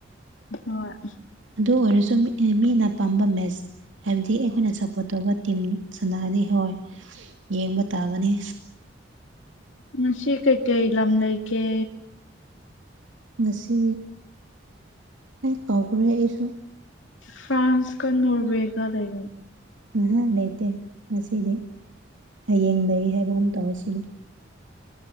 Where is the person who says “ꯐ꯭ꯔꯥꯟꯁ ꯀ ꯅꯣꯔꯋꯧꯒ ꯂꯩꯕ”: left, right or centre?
Left